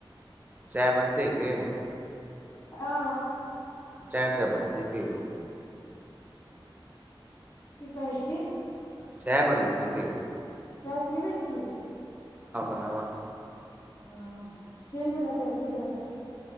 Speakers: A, on the right; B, on the left.
A: चाय बनतै की
B: आ
A: चाय त बनत पी
B: की कहै छी
A: सह बनै छै क
B: चाय पीबै की
A: बनाबऽ
B: ह केन बला चाह पीब